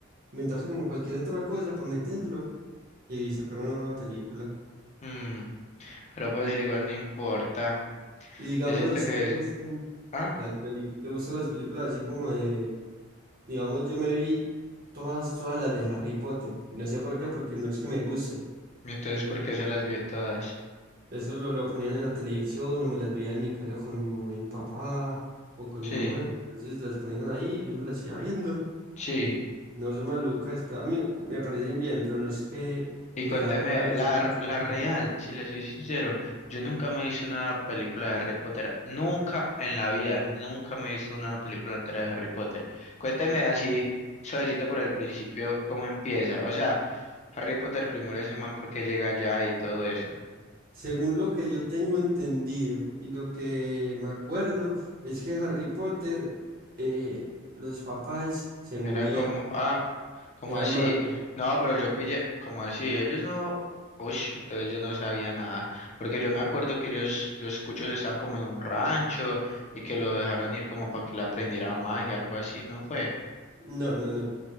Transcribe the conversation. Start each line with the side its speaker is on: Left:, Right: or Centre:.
Right: inventarse como cualquier otra cosa para meterlo y sacar una nueva película.
Left: Mm, pero pues igual no importa.
Right: Y digamos,
Left: Yo siento
Right: a usted
Left: que
Right: le
Left: es...
Right: gustan
Left: Ah,
Right: las películas, le gustan las películas así como de, digamos, yo me vi todas, todas las de Harry Potter. Y no sé por qué, porque no es que me guste.
Left: entonces ¿por qué se las vio todas?
Right: Eso lo, lo ponían en la televisión o me las veía en mi casa con mi mamá y mi papá o con
Left: Sí,
Right: mi abuelo. Entonces las ponían ahí, yo me las iba viendo
Left: sí.
Right: y no son malucas, pero a mí me parecen bien, pero no es que
Left: Y
Right: me
Left: cuénteme,
Right: las haya visto
Left: la,
Right: muchas
Left: la
Right: veces.
Left: real, si le soy sincero, yo nunca me he visto una película de Harry Potter, nunca en la vida, nunca me he visto una película entera de Harry Potter. Cuénteme así, suavecito por el principio, cómo empieza. O sea, Harry Potter primero se llaman porque llega allá y todo eso.
Right: Según lo que yo tengo entendido y lo que me acuerdo, es que Harry Potter, eh, los papás se murieron,
Left: Eran como, ah, ¿Cómo
Right: eran
Left: así?
Right: magos.
Left: No, pero yo pillé, ¿Cómo así? Ellos no, uy, entonces yo no sabía nada, porque yo me acuerdo que ellos, los cuchos estaban como en un rancho y que lo dejaron ir como para que le aprendiera magia, algo así, ¿no fue?
Right: No, no, no.